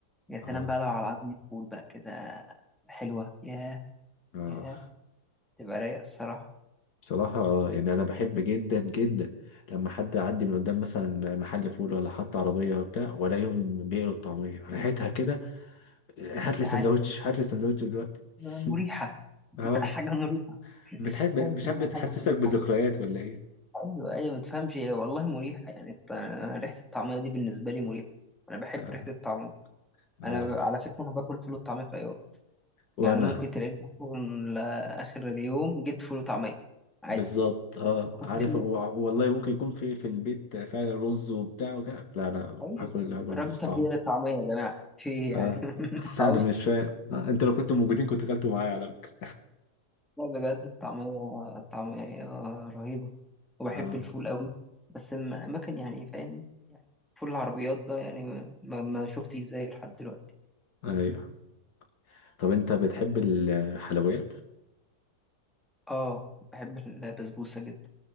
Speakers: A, in the centre; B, on the left.
A: يا
B: اه
A: سلام بقى لو على عظم فول بقى كده حلوه يا
B: آه.
A: يا تبقى رايقه الصراحه
B: بصراحة آه، يعني أنا بحب جدا جدا لما حد يعدي من قدام مثلا محل فول ولا حتى عربية وبتاع وألاقيهم بيقلوا الطعمية ريحتها كده هات
A: انت
B: لي
A: عارف
B: سندوتش هات لي سندوتش دلوقتي
A: مريحه
B: <laughs>
A: <laughs>
B: اه
A: حاجه مريحه
B: بتحب
A: تحس
B: مش
A: انها
B: عارف بتحسسك
A: حاجه مريحه
B: بذكريات ولا ايه
A: ايوه ايوه ما تفهمش ايه والله مريحه يعني الط- انا ريحه الطعميه دي بالنسبه لي مريحه انا بحب
B: اه
A: ريحه الطعميه
B: اه
A: انا ب... على فكره انا باكل فول وطعميه في اي وقت
B: وانا
A: يعني ممكن تلاقيني اصلا لاخر اليوم جبت فول وطعميه عادي
B: بالظبط اه
A: <laughs>
B: عارف و- والله ممكن يكون في في البيت فعلا رز وبتاع وكده لا انا
A: ايوه
B: هاكل هاكل
A: الراجل
B: رز
A: كان
B: طعمه
A: بيقلي الطعميه يا جماعه في ايه يعني
B: اه
A: <laughs>
B: <laughs>
A: ما ينفعوش.
B: انا مش فاهم آه، انتوا لو كنتوا موجودين كنت اكلتوا معايا على فكره
A: لا بجد الطعميه الطعميه رهيبه وبحب
B: اه
A: الفول قوي بس من اماكن يعني فاهم يعني فول العربيات ده يعني ما, ما ما شفتش زيه لحد دلوقتي
B: ايوه طب انت بتحب الحلويات
A: اه بحب البسبوسة جدا